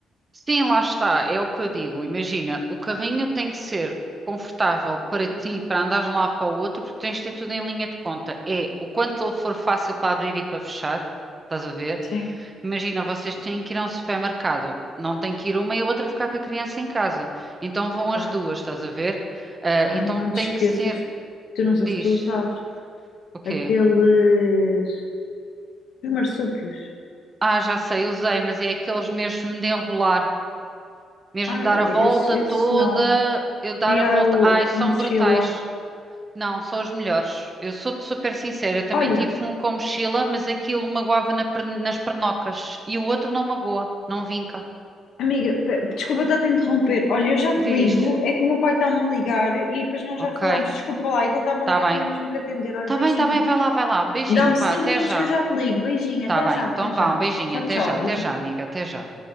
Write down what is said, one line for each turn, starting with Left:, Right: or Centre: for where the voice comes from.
Right: Sim, lá está, é o que eu digo. Imagina, o carrinho tem que ser confortável para ti, para andares de um lado para o outro, porque tens de ter tudo em linha de conta. É o quanto ele for fácil para abrir e para fechar, estás a ver?
Left: Sim,
Right: Imagina, vocês têm que ir a um supermercado. Não tem que ir uma e a outra ficar com a criança em casa. Então vão
Left: claro.
Right: as duas, estás a ver? Ah,
Left: Ai,
Right: então
Left: não
Right: tem
Left: te esqueças.
Right: que ser.
Left: Tu não sei
Right: Diz,
Left: se tu usaste
Right: o quê?
Left: aqueles. Os marsúpios.
Right: Ah, já sei, usei, mas é aqueles mesmo de enrolar, mesmo
Left: Ai,
Right: dar a volta
Left: esses, esses
Right: toda,
Left: não.
Right: eu dar
Left: Queria
Right: a volta.
Left: a,
Right: Ai, são
Left: a mochila.
Right: brutais. Não, são os melhores. Eu sou-te super sincera, eu também
Left: Olha.
Right: tive um com mochila, mas aquilo magoava na per- nas pernocas e o outro não magoa, não vinca.
Left: Amiga, pe- desculpa estar-te a te interromper. Olha, eu já te
Right: Diz,
Left: ligo. É que o meu pai está-me a ligar e depois nós
Right: ok,
Left: já falamos. Desculpa lá, é que ele está-me a
Right: tá
Left: ligar,
Right: bem.
Left: tenho mesmo que atender. Olha,
Right: Tá
Left: beijinho.
Right: bem, tá bem, vai lá, vai lá. Um Beijinho,
Left: Dá-me
Right: vá,
Left: cinco
Right: até
Left: minutos
Right: já.
Left: que eu já te ligo. Beijinho, até
Right: Tá bem,
Left: já, até
Right: então
Left: já.
Right: vá, um beijinho,
Left: Tchau,
Right: até
Left: tchau,
Right: já, até
Left: beijinho.
Right: já, amiga, até já.